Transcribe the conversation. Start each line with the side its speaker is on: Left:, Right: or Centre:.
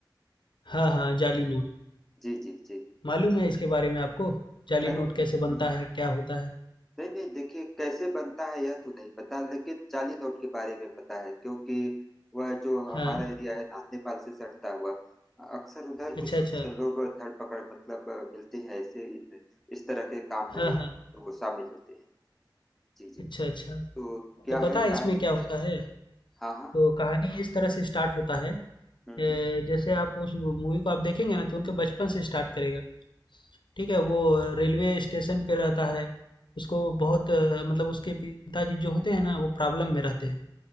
Left: हाँ हाँ जाली नोट
Centre: जी जी जी
Left: मालूम है इसके बारे में आपको जाली
Centre: अरे
Left: नोट
Centre: म,
Left: कैसे बनता
Centre: म,
Left: है क्या होता है
Centre: नहीं नहीं देखिए कैसे बनता है यह तो नहीं पता लेकिन जाली नोट के बारे में पता है क्योंकि वह जो हमारा
Left: हाँ
Centre: एरिया है ना नेपाल से सटता हुआ अक्सर उधर
Left: अच्छा,
Centre: कुछ
Left: अच्छा।
Centre: लोग धर पकड़ मतलब अ, मिलते हैं ऐसे इन इस तरह के काम में
Left: हाँ,
Centre: जो
Left: हाँ।
Centre: शामिल होते हैं जी जी
Left: अच्छा, अच्छा।
Centre: तो क्या
Left: तो पता
Centre: है कहानी
Left: है इसमें क्या होता है?
Centre: हाँ हाँ
Left: तो कहानी इस तरह से स्टार्ट होता है अ,
Centre: हम्म हम्म
Left: जैसे आप उस मूवी को आप देखेंगे ना तो उनके बचपन से स्टार्ट करेगा, ठीक है? वो रेलवे स्टेशन पे रहता है, उसको बहुत अ, मतलब उसके पिताजी जो होते हैं ना वो प्रॉब्लम में रहते हैं,